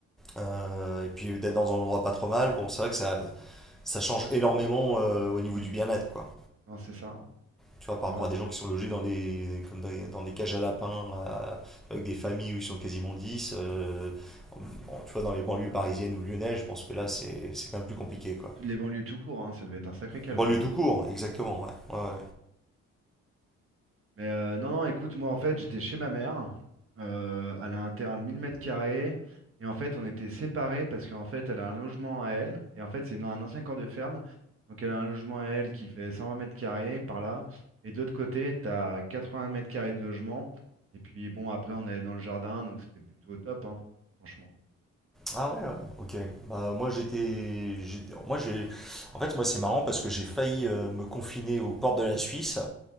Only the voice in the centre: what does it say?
euh, et puis d'être dans un endroit pas trop mal, bon, c'est vrai que ça ça change énormément euh, au niveau du bien-être, quoi.
Tu vois, par
rapport
à des gens qui sont logés dans des, comme dans, des- dans des cages à lapins, à- avec des familles où ils sont quasiment 10 euh, bon, tu vois, dans les banlieues parisiennes ou lyonnaises, je pense que là, c'est c'est quand même plus compliqué, quoi.
Banlieue
tout court, exactement, ouais. Ouais, ouais.
Ah ouais, ouais, ok. Bah, moi, j'étais... j'étais- Moi, j'ai... En fait, moi, c'est marrant parce que j'ai failli euh, me confiner aux portes de la Suisse.